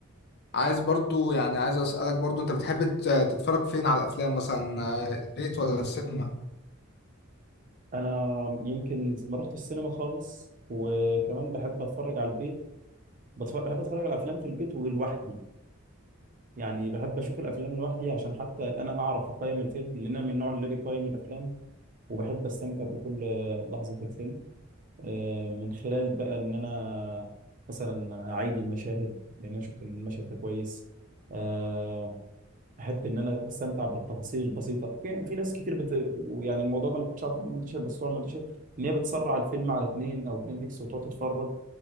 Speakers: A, on the left; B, on the right.
A: عايز برضو يعني عايز اسالك برضو انت بتحب ت- تتفرج فين على الافلام مثلا آه، البيت ولا السينما
B: انا يمكن ما رحت السينما خالص وكمان بحب اتفرج على البيت بتفرج بحب اتفرج على افلام في البيت ولوحدي يعني بحب اشوف الافلام لوحدي عشان حتى انا اعرف اقيم الفيلم لان انا من النوع اللي بيقيم الافلام وبحب استمتع بكل لحظه في الفيلم آه، من خلال بقى ان انا مثلا اعيد المشاهد لان انا شفت ان المشهد ده كويس آه، احب ان انا استمتع بالتفاصيل البسيطه في في ناس كتير بت... يعني الموضوع ده ما كنتش عارف ان هو منتشر بس هو منتشر ان هي بتسرع الفيلم على اتنين او اتنين اكس وتقعد تتفرج